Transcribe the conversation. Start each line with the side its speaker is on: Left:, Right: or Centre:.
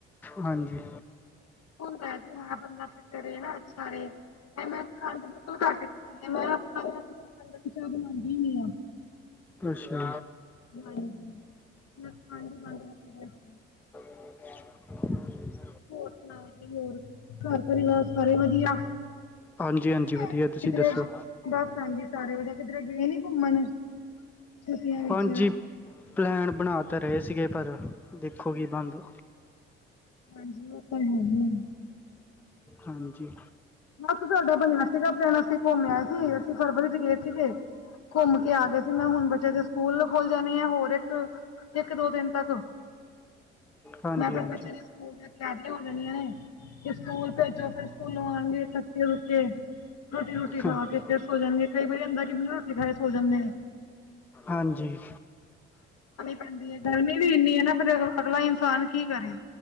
Centre: ਹਾਂਜੀ।
Left: ਹੁਣਦਾ ਜ ਹੈ ਬੰਦਾ ਫਿਟ ਰਹੇ ਨਾ ਅੱਛਾ ਰਹੇ ਮੈਂ ਖੰਡ ਬਿਲਕੁਲ ਘੱਟ ਮੈਂ ਆਪ ਆਪਣੇ ਚਾਹ ਬਣਾਉਦੀ ਨੀ ਆ
Centre: ਅੱਛਾ।
Left: ਹਾਂਜੀ ਮੈਂ ਖੰਡ ਬੰਦ ਰੱਖ
Centre: <inaudible>
Left: ਹੋਰ ਸੁਣਾਓ ਜੀ ਹੋਰ ਘਰ ਪਰਿਵਾਰ ਸਾਰੇ ਵਧੀਆ
Centre: ਹਾਂਜੀ-ਹਾਂਜੀ ਵਧੀਆ
Left: ਕਿਧਰੇ
Centre: ਤੁਸੀਂ ਦੱਸੋ?
Left: ਬਸ ਹਾਂਜੀ ਸਾਰੇ ਵਧੀਆ ਕਿਧਰੇ ਗਏ ਨੀ ਘੁੰਮਣ ਛੁੱਟੀਆਂ ਵਿੱਚ
Centre: ਹਾਂਜੀ ਪਲੈਨ ਬਣਾ ਤਾਂ ਰਹੇ ਸੀਗੇ ਪਰ ਦੇਖੋ ਕੀ ਬਣ ਦਾ
Left: ਹਾਂਜੀ ਉਹ ਤਾਂ ਹੈਗੀ ਆ
Centre: ਹਾਂਜੀ।
Left: ਤੁਹਾਡਾ ਬਣਿਆ ਸੀਗਾ ਪਲੈਨ ਅਸੀਂ ਘੁੰਮਿਆ ਆਏ ਸੀ ਅਸੀਂ ਫਰਵਰੀ ਚ ਗਏ ਸੀਗੇ ਘੁੰਮ ਕੇ ਆ ਗਿਆ ਸੀ ਮੈਂ ਹੁਣ ਬੱਚੇ ਦੇ ਸਕੂਲ ਖੁੱਲ ਜਾਣੇ ਆ ਹੋਰ ਇੱਕ ਦੋ ਦਿਨ ਤੱਕ
Centre: ਹਾਂਜੀ
Left: ਮੈਂ ਆਪਣੇ
Centre: ਹਾਂਜੀ
Left: ਬੱਚੇ ਸਕੂਲ ਦੀਆਂ ਤਿਆਰੀਆਂ ਹੋ ਜਾਂਣਆਂ ਨੇ ਤੇ ਸਕੂਲ ਭੇਜੋ ਫੇਿਰ <inaudible> ਰੋਟੀ-ਰੋਟੀ ਖਾ
Centre: ਹਾਂਜੀ
Left: ਕੇ ਫਿਰ ਸੋ ਜਾਂਦੀ ਕਈ ਵਾਰੀ ਹੁੰਦਾ ਕਿ ਮ ਰੋਟੀ ਖਾ ਸੋ ਜਾਂਦੇ ਆ
Centre: ਹਾਂਜੀ।
Left: ਪੈਂਦੀ ਹੈ ਗਰਮੀ ਵੀ ਇੰਨੀ ਹੈ ਨਾ ਫੇਿਰ ਅ ਅਗਲਾ ਇਨਸਾਨ ਕੀ ਕਰੇ